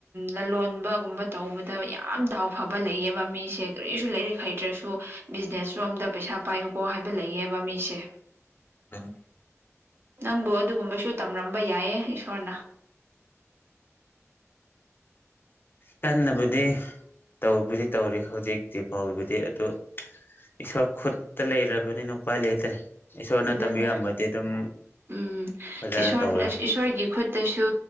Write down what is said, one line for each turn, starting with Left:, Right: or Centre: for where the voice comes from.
Right: ꯂꯂꯣꯟꯕꯒꯨꯝꯕ ꯇꯧꯕꯗ ꯌꯥꯝ ꯗꯥꯎ ꯐꯕ ꯂꯩꯌꯦꯕ ꯃꯤꯁꯦ ꯀꯔꯤꯁꯨ ꯂꯥꯏꯔꯤꯛ ꯍꯩꯇ꯭ꯔꯁꯨ ꯕꯤꯖꯤꯅꯦꯁꯔꯣꯝꯗ ꯄꯩꯁꯥ ꯄꯥꯏꯌꯨꯀꯣ ꯍꯥꯏꯕ ꯂꯩꯌꯦꯕ ꯃꯤꯁꯦ
Left: ꯑꯗꯨꯝ
Right: ꯅꯪꯕꯨ ꯑꯗꯨꯒꯨꯝꯕꯁꯨ ꯇꯝ ꯔꯝꯕ ꯌꯥꯏꯌꯦ ꯏꯁꯣꯔꯅ
Left: ꯀꯟꯅꯕꯨꯗꯤ ꯇꯕꯨꯗꯤ ꯇꯧꯔꯤ ꯍꯧꯖꯤꯛꯇꯤ ꯐꯥꯎꯕꯗꯤ ꯑꯗꯨ ꯏꯁꯣꯔ ꯈꯨꯠꯇ ꯂꯩꯔꯕꯅꯤꯅ ꯎꯄꯥꯥꯏ ꯂꯩꯇꯦ ꯏꯁꯣꯔꯅ
Right: ꯑꯗꯨꯅꯦ
Left: ꯇꯝꯕꯤꯔꯝꯕꯗꯤ ꯑꯗꯨꯝ
Right: ꯎꯝ
Left: ꯐꯖꯅ
Right: ꯏꯁꯣꯔ
Left: ꯇꯧꯔꯦ
Right: ꯏꯁꯣꯔꯒꯤ ꯈꯨꯠꯇꯁꯨ